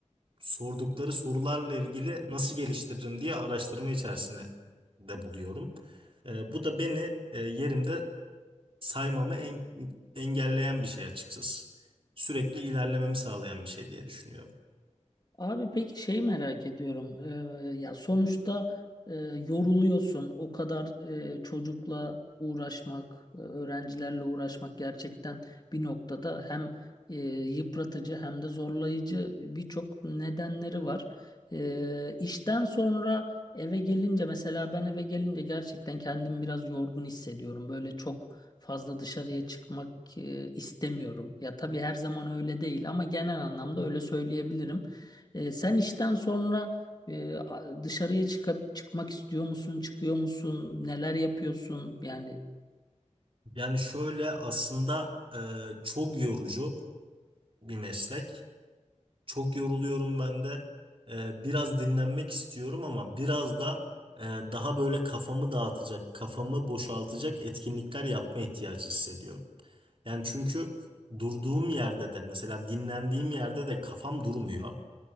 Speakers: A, on the right; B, on the left.
A: sordukları sorularla ilgili nasıl geliştiririm diye araştırma içerisinde de buluyorum. E, bu da beni e, yerimde saymamı en- engelleyen bir şey açıkçası. Sürekli ilerlememi sağlayan bir şey diye düşünüyorum.
B: Abi peki şey merak ediyorum. Ee, ya sonuçta e, yoruluyorsun. O kadar e, çocukla uğraşmak, e, öğrencilerle uğraşmak gerçekten bir noktada hem e, yıpratıcı hem de zorlayıcı birçok nedenleri var. E, işten sonra eve gelince mesela ben eve gelince gerçekten kendimi biraz yorgun hissediyorum. Böyle çok fazla dışarıya çıkmak e, istemiyorum. Ya tabii her zaman öyle değil ama genel anlamda öyle söyleyebilirim. E, sen işten sonra e, a- dışarıya çıkıp çıkmak istiyor musun, çıkıyor musun, neler yapıyorsun? Yani
A: Yani şöyle aslında e, çok yorucu bir meslek. Çok yoruluyorum ben de. E, biraz dinlenmek istiyorum ama biraz da e, daha böyle kafamı dağıtacak, kafamı boşaltacak etkinlikler yapma ihtiyacı hissediyorum. Yani çünkü durduğum yerde de mesela dinlendiğim yerde de kafam durmuyor.